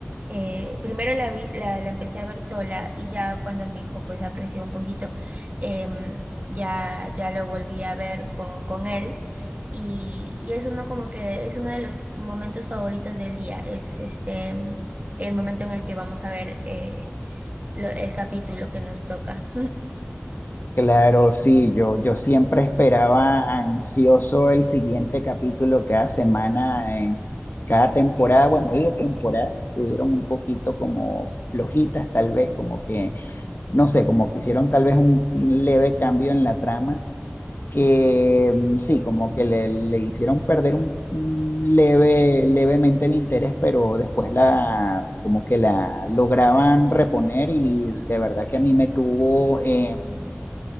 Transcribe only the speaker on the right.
Eh, primero la vi, la, la empecé a ver sola y ya cuando mi hijo pues ha crecido un poquito, em, ya, ya lo volví a ver con, con él y, y es uno como que es uno de los momentos favoritos del día, es este, em, el momento en el que vamos a ver eh, lo- el capítulo que nos toca.